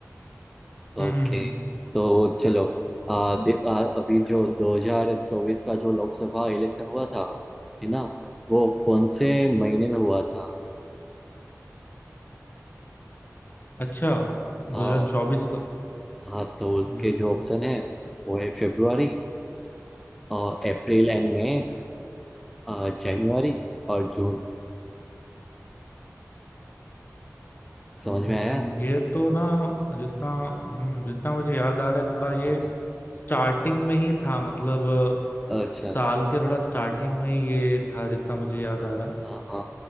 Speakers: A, in the centre; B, on the left.
A: ओके
B: हम्म हम्म हम्म।
A: तो चलो आ, दे- आ, अभी जो 2024 का जो लोकसभा इलेक्शन हुआ था है ना वो कौन से महीने में हुआ था
B: अच्छा 2024
A: हाँ
B: का
A: हाँ तो उसके
B: हम्म
A: जो ऑप्शन है वो है फेब्रुआरी और अप्रैल एंड मई आ, जनवरी और जून समझ
B: हम्म,
A: में आया
B: ये तो ना जितना हम्म, जितना मुझे याद आ रहा है थोड़ा ये
A: हाँ हाँ
B: स्टार्टिंग में ही था मतलब अ,
A: अच्छा
B: साल के थोड़ा स्टार्टिंग में ही ये था जितना मुझे याद आ रहा है
A: हाँ हाँ